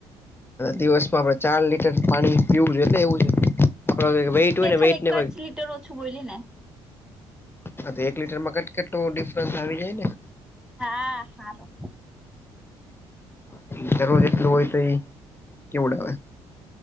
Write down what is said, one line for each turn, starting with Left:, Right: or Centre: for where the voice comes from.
Left: દિવસમાં આપડે ચાર લીટર પાણી પીવું જોઈએ. એટલે એવું છે આપડ વેઇટ હોય
Centre: મે
Left: ને
Centre: ખાલી
Left: વેઇટ ને
Centre: એકાચ લીટર ઓછું બોલી ને.
Left: હા તો એક લીટરમાં કટકટું ડિફરન્સ આવી જાય ને.
Centre: હા હારો
Left: <inaudible> જરૂર જેટલું હોય તો એ કેવુંડાવે?